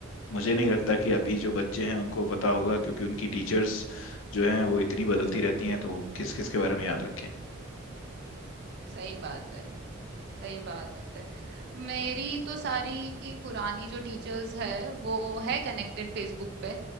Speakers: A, on the left (about 70°); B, on the right (about 50°).
A: मुझे नहीं लगता कि अभी जो बच्चे हैं उनको पता होगा क्योंकि उनकी टीचर्स जो हैं वो इतनी बदलती रहती हैं तो किस किस के बारे में याद रखें
B: सही बात है सही बात है मेरी तो सारी पुरानी जो टीचर्स है वो है कनेक्टेड फेसबुक पे